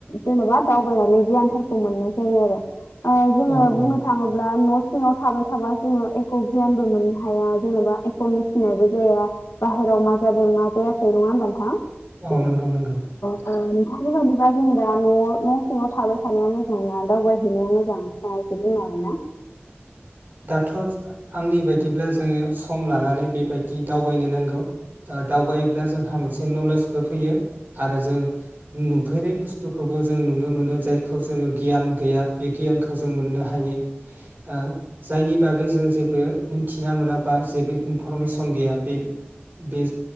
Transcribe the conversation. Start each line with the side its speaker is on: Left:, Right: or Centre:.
Left: जेनेबा दावबायनानै गियान फोर खो मोननायजायो आरो ओ जोङो
Right: औ
Left: बुंनो
Right: औ
Left: थांङोब्ला न सिङाव थाबाय थाबा जोंङो एख' गियानबो मोननो हाया जेनबा एख मिथिनायबो जाया बाहेराव मा जादों मा जायाखै नंङा होनब नोंथां।
Right: औ नंगौ-नंगौ
Left: ओ नोंथांनि बाददिबा जोंङो दा नआव न सिङाव थाबाय थानाया मोजां दावबाय हैनाया मोनोजां नोंथाङा एसे बुंनो हागोना।
Right: दाथ आंनि बायदिब्ला जोंङो सम लानानै बेबायदि दि दावबायनो नांगौ दावबायोब्ला जोंहा मोनसे नलेजबो फैयो। आरो जों नु फेरै बुस्थुखौबो जों नुनो मोनो जायखौ जोङो गियान गैया बे गियानखौ जों मोननो हायो। आ नि बागै जों जेबो मिथिना मोनाबा जेबो इनफरमेसन गैया बे-बे